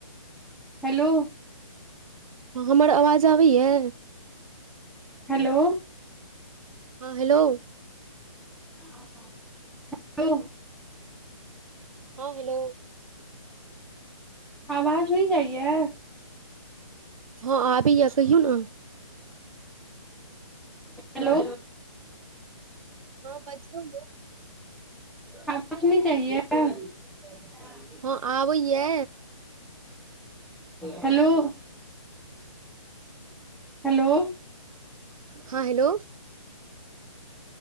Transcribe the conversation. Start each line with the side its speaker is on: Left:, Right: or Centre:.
Centre: हेलो।
Right: हँ। हमर आवाज आबैये।
Centre: हेलो।
Right: हँ। हेलो।
Centre: हेलो।
Right: हँ। हेलो।
Centre: आवाज नै जाइये
Right: हँ आबैये कहियौ ने
Centre: हेलो।
Right: हँ बजियौ ने
Centre: आबाज नै। जाइये। <unintelligible>
Right: हं आबय ये।
Centre: हेलो। हेलो
Right: हं हेलो।